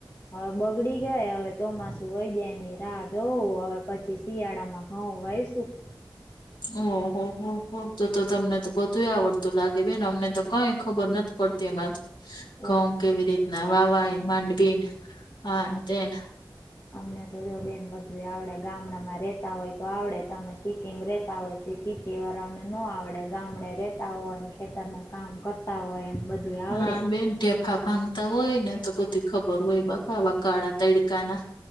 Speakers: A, on the left (about 35°); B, on the left (about 65°).
A: હવે બગડી ગયા હવે ચોમાસુ વહી જાય એની રાહ જોવ હવે પછી શિયાળામાં હા વાવસુ
B: ઓહ હો હો તો તો તમને તો બધું આવડતું લાગે બેન અમને તો કઈ ખબર નથી. પડતી એમાં
A: તો
B: ઘઉ કેવી રીતના વાવાય માંડવી આમ તેમ. <inaudible>
A: અમને તો જો બેન બધું આવડે ગામડામાં રહેતા હોય તો આવડે તમે સિટીમાં રહેતા હોય સીટી વાળાને ન આવડે ગામડે રેતા હોયને ખેતર નું કામ કરતા હોય એને બધું આવડે
B: હા બેન ઢેફાં ભાંગતા હોય ને તો બધી ખબર હોય બાપા ઓલા કાળા તલ કા ના